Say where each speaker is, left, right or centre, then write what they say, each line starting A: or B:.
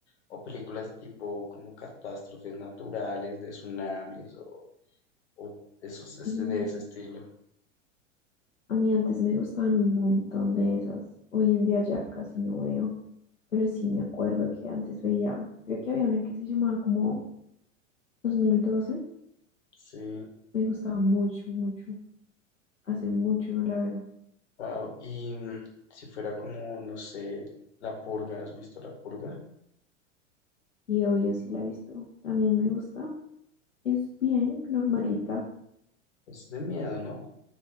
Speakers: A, on the left; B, on the left.
A: O películas tipo como catástrofes naturales, de tsunamis o, o esos, este-
B: Y
A: de ese estilo.
B: a mí antes me gustaban un montón de esas. Hoy en día ya casi no veo. Pero sí me acuerdo que antes veía, creo que había una que se llamaba como 2012.
A: Sí,
B: Me gustaba mucho, mucho. Hace mucho no la veo.
A: wow. Y mm, si fuera como, no sé, La Purga, ¿has visto La Purga?
B: Y hoy sí la he visto. También me gusta. Es bien normalita.
A: Es de miedo, ¿no?